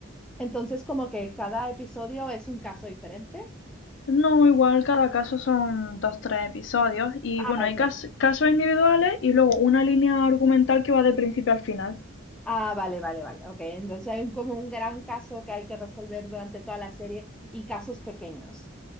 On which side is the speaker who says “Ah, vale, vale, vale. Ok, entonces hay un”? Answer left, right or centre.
Centre